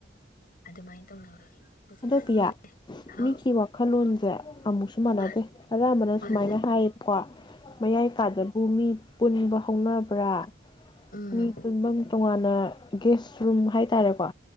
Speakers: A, on the left; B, on the left.
A: ꯑꯗꯨꯃꯥꯏꯅ ꯇꯧꯅꯕꯒꯤ ꯍꯧꯖꯤꯛꯀꯥꯟꯁꯤ
B: ꯑꯟꯗꯣꯄꯤꯌꯥ
A: ꯇꯧ ꯍꯥꯎ
B: ꯃꯤꯒꯤ ꯋꯥꯈꯜꯂꯣꯟꯁꯦ ꯑꯃꯨꯛꯁꯨ ꯃꯥꯟꯅꯗꯦ
A: ꯃꯥ
B: ꯑꯅꯝꯕꯅ
A: ꯃꯥꯅꯦ
B: ꯁꯨꯃꯥꯏꯅ ꯍꯥꯏꯌꯦꯕꯀꯣ ꯃꯌꯥꯏ ꯀꯥꯗꯕꯨ ꯃꯤ ꯄꯨꯟꯕ ꯍꯧꯅꯕ꯭ꯔ
A: ꯎꯝ
B: ꯃꯤ ꯄꯨꯟꯐꯝ ꯇꯣꯉꯥꯟꯅ ꯒꯦꯁ ꯔꯨꯝ ꯍꯥꯏꯇꯥꯔꯦꯀꯣ꯫